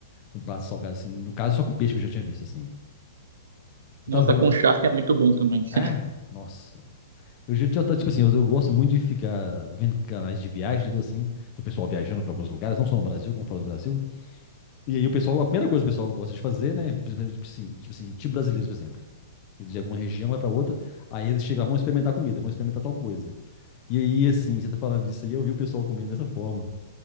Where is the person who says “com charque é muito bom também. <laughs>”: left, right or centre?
Right